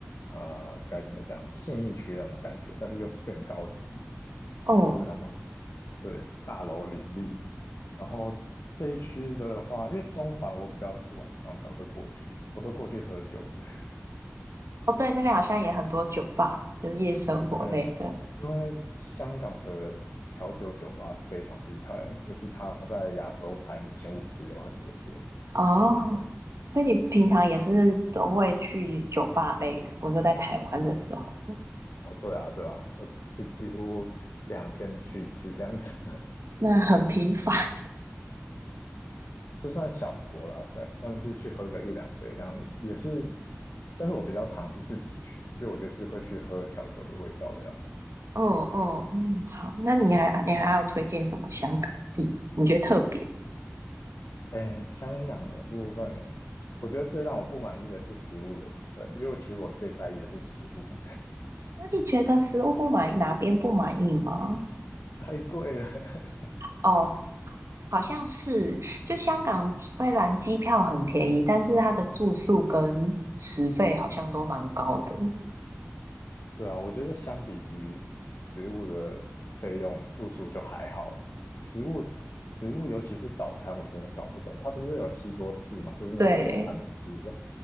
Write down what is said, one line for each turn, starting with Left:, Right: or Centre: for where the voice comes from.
Left: 呃该怎么讲信义区那种感觉，但是又是更高级。
Right: 哦
Left: 的那种，对，大楼林立。然后这一区的话，因为中环我比较是晚上才会过去，我都过去喝酒的。
Right: 哦，对，那边好像也很多酒吧，就是夜生活类的。
Left: <laughs> 对，对因为香港的调酒酒吧非常厉害，就是它在亚洲排名前五十有很多间。
Right: 哦，
Left: 对，
Right: 那你平常也是都会去酒吧类的？我说在台湾的时候，
Left: 哦，对啊，对啊，我就几乎两天去一次这样子。
Right: 那很频繁。<laughs>
Left: 这算小酌啦，算算是去喝个一两杯这样，也是，但是我比较常是自己去，因为我就是会去喝调酒的味道这样子。
Right: 嗯嗯嗯，好，那你还你还要推荐什么香港的地方？你觉得特别？
Left: 哎，香港的部分哦，我觉得最让我不满意的是食物的部分，因为我其实我最在意的是食物，
Right: 那你觉得食物不满意，哪边不满意吗？
Left: <laughs> 太贵了。<laughs>
Right: 哦，好像是，就香港虽然机票很便宜，但是它的住宿跟食费好像都蛮高的。
Left: 对啊，我觉得相比于食物的费用，住宿就还好。食物食物，尤其是早餐，我真的搞不懂，它不是有西多士嘛，就是那种很像三明治的。
Right: 对